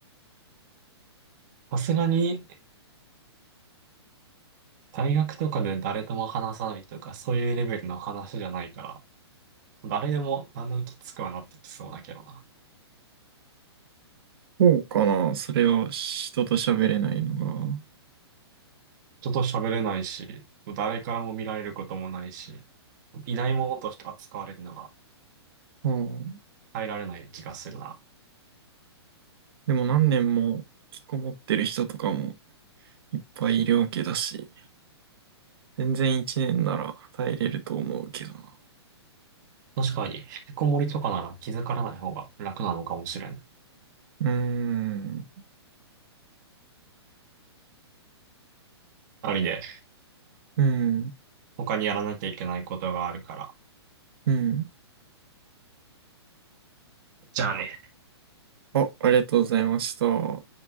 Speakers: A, on the right; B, on the right.
A: さすがに、大学とかで誰とも話さないとか、そういうレベルの話じゃないから、誰でもだんだんきつくはなってきそうだけどな。
B: そうかな。それは人と喋れないのが。
A: 人と喋れないし、誰からも見られることもないし、いないものとして扱われるのが
B: うん。
A: 耐えられない気がするな。
B: でも何年も引きこもってる人とかもいっぱいいるわけだし、全然一年なら耐えれると思うけどな。
A: 確かに、引きこもりとかなら気づからない方が楽なのかもしれん。
B: うーん。
A: ありで、
B: うん。
A: 他にやらなきゃいけないことがあるから。
B: うん。
A: じゃあね。
B: あ、ありがとうございました。